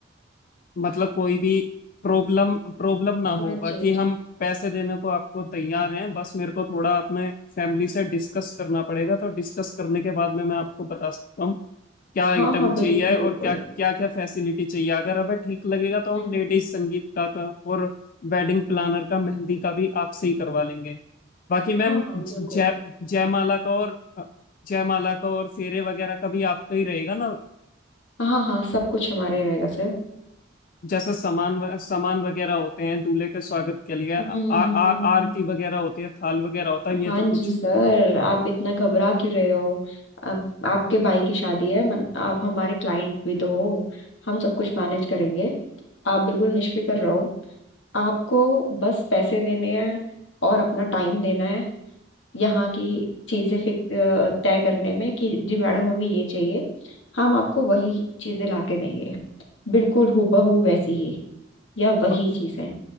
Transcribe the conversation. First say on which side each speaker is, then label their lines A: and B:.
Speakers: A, on the left; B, on the left.
A: मतलब कोई भी प्रॉब्लम प्रॉब्लम ना हो
B: हाँ
A: बाकी
B: जी हाँ जी
A: हम पैसे देने को आपको तैयार हैं बस मेरे को थोड़ा अपने फैमिली से डिस्कस करना पड़ेगा तो डिस्कस करने के बाद में मैं आपको बता सकता हूँ क्या आइटम
B: हाँ हाँ
A: चाहिए
B: बिल्कुल
A: और
B: बिल्कुल
A: क्या क्या क्या फैसिलिटी चाहिए अगर हमें ठीक लगेगा तो
B: हम्म।
A: हम लेडीज संगीत का, का और वेडिंग प्लानर का मेहंदी का भी आपसे ही करवा लेंगे बाकी मैम
B: हाँ हाँ
A: जय
B: बिल्कुल
A: जयमाला का और जयमाला का और फेरे वगैरह का भी आपका ही रहेगा ना
B: हाँ हाँ सब कुछ हमारे रहेगा सर
A: जैसे सामान व- सामान वगैरह होते हैं दूल्हे के स्वागत के लिए आ,
B: हम्म
A: आ,
B: हम्म,
A: आ-
B: हम्म।
A: हम्म। आरती वगैरह होती है थाल वगैरह होता है ये
B: हाँ
A: तो कुछ
B: जी सर
A: हम्म।
B: आप इतना घबरा क्यों रहे हो अब आपके भाई की शादी है मन, आप हमारे क्लाइंट भी तो हो हम सब कुछ मैनेज करेंगे आप बिल्कुल निश्फिक्र रहो आपको बस पैसे देने हैं और अपना टाइम देना है यहाँ की चीज़ें फिक अ, तय करने में कि जी मैडम हमें ये चाहिए हम आपको वही चीज़ें ला के देंगे बिल्कुल हूबहू वैसी ही या वही
A: ब,
B: चीज़ें